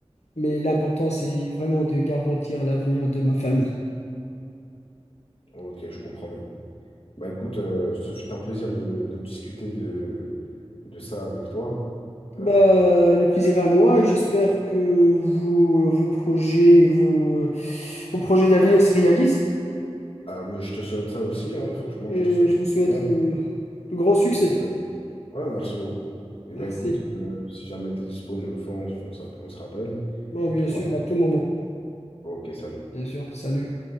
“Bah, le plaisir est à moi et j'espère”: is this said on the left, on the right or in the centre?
Left